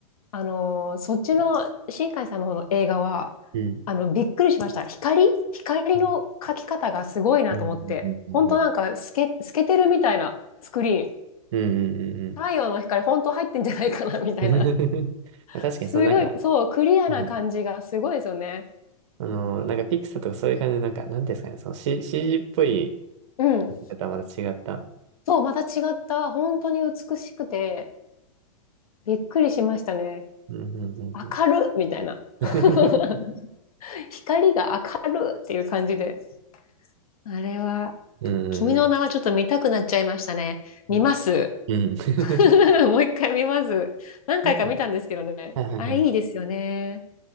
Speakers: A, on the left; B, on the right.
A: あの、そっちの新海さんの方の映画は、
B: うん。
A: あの、びっくりしました。光光の描き方がすごいなと思って。
B: はいうんうんうんうん
A: 本当なんか透け、透けてるみたいなスクリーン。
B: うんうんうん
A: 太陽の光本当入ってんじゃないかなみたいな。
B: うんうん <laughs> まあ確かに、
A: すごい、
B: そのなんか、
A: そう、クリアな感じがすごいですよね。
B: うんあのー、なんかピクサーとかそういう感じで、なんか、なんていうんですかね、その C、CG っぽい言
A: うん。
B: い方はまた違った。
A: そう、また違った、本当に美しくて、びっくりしましたね。
B: うんうんうん
A: 明るみたいな。<laughs>
B: うん。<laughs>
A: 光が明るっていう感じで。あれは、
B: うんうんう
A: 君の名はちょっと見たくなっちゃいましたね。見ます。
B: ん。いやうん <laughs>
A: <laughs> もう一回見ます。何回か見たんですけどね。
B: あとはいはいはい。
A: あれいいですよね。